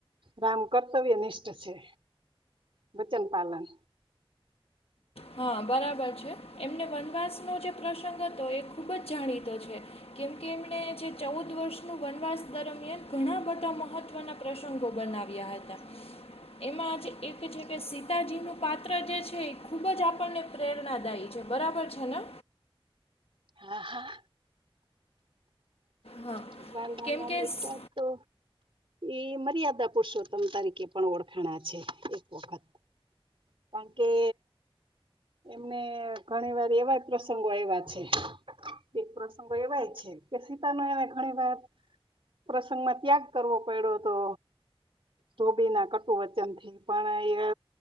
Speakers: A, on the right; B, on the left.
A: રામ કર્તવ્ય નિષ્ઠ છે. વચન પાલન.
B: હા બરાબર છે. એમને વનવાસનો જે પ્રસંગ હતો એ ખૂબ જ જાણીતો છે કેમ કે એમને જે ચૌદ વર્ષનું વનવાસ દરમિયાન ઘણા બધા મહત્વના પ્રસંગો બનાવ્યા હતા. એમાંજ એક છે કે સિ તાજીનું પાત્ર જે છે ખૂબ જ આપણને પ્રેરણાદાયી છે. બરાબર છે ને?
A: હા હા.
B: હા
A: ભગવાન રામનામ
B: કેમ કે
A: એકવાર
B: સ-
A: તો એ મર્યાદા પુરુષોત્તમ તરીકે પણ ઓળખાણા છે એક વખત. કારણ કે એમને ઘણી વાર એવા પ્રસંગો આવ્યા છે એક પ્રસંગો એવાય છે કે સીતાનો એને ઘણી વાર પ્રસંગમાં ત્યાગ કરવો પડ્યો હતો. ધોબીના કટુ વચનથી પણ એ